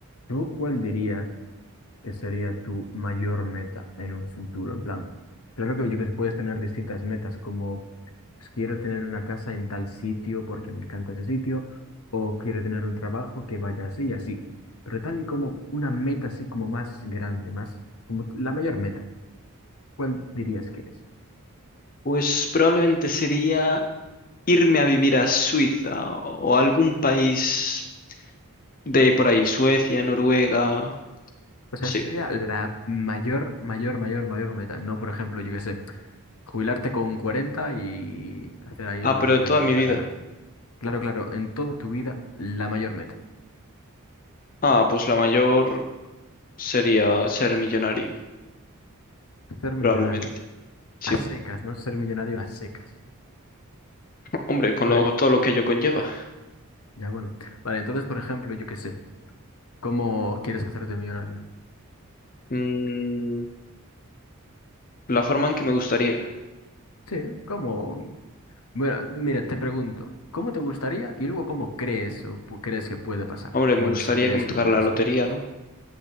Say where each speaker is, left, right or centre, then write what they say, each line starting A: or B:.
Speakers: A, on the left; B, on the left.
A: ¿Tú cuál dirías que sería tu mayor meta en un futuro? En plan, claro que yo que se puedes tener distintas metas, como pues, quiero tener una casa en tal sitio porque me encanta ese sitio, o quiero tener un trabajo que vaya así y así. Pero tal y como una meta así como más grande, más como la mayor meta, ¿cuál dirías que es?
B: Pues probablemente sería irme a vivir a Suiza o, algún país de por ahí, Suecia, Noruega.
A: O sea,
B: Sí.
A: esa sería la mayor, mayor, mayor, mayor meta. No, por ejemplo, yo qué sé, jubilarte con 40 y hacer ahí
B: Ah,
A: lo
B: pero
A: que
B: toda
A: te
B: mi
A: dé la
B: vida.
A: gana. Claro, claro, en toda tu vida, la mayor meta.
B: Ah, pues la mayor sería ser millonario,
A: Ser millonario.
B: probablemente. Sí.
A: A secas, ¿no? Ser millonario a secas.
B: Hombre, con
A: Y por-
B: lo-
A: e,
B: todo lo que ello conlleva.
A: ya bueno. Vale, entonces, por ejemplo, yo qué sé. ¿Cómo quieres hacerte millonario?
B: Mm, la forma en que me gustaría.
A: Sí, ¿cómo? Mira, mira, te pregunto. ¿Cómo te gustaría? Y luego, ¿cómo crees o pu- crees que puede pasar?
B: Hombre,
A: Bueno,
B: me gustaría
A: si crees
B: que me
A: que
B: tocara
A: puede
B: la
A: pasar.
B: lotería, ¿no?